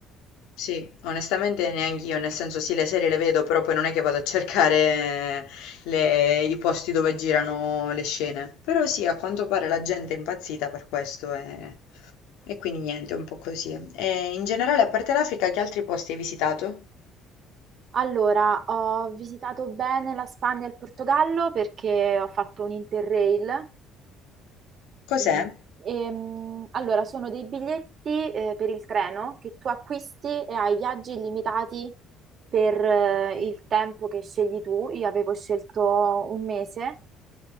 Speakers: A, on the left; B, on the right.
A: Sì, onestamente neanch'io, nel senso sì, le serie le vedo, però poi non è che vado a cercare eh, le- i posti dove girano le scene. Però sì, a quanto pare la gente è impazzita per questo e, e quindi niente, un po' così. E in generale, a parte l'Africa, che altri posti hai visitato?
B: Allora, ho visitato bene la Spagna e il Portogallo perché ho fatto un Interrail Quindi,
A: Cos'è?
B: ehm, allora, sono dei biglietti eh, per il treno che tu acquisti e hai viaggi illimitati per eh,
A: Ok.
B: il tempo che scegli tu. Io avevo scelto un mese,